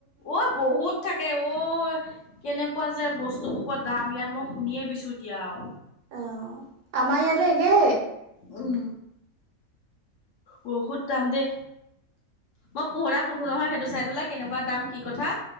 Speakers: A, on the left; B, on the right.
A: উ বহুত থাকে অ কেনেকুৱা যে বস্তুবোৰত দাম ইয়াত মই শুনিয়ে বিছুতি আও
B: অ আমাৰ ইয়াতো একে
A: উম বহুত দাম দে মই পোহৰা সুধো নহয় সেইটো চাইডলৈ কেনেকুৱা দাম কি কথা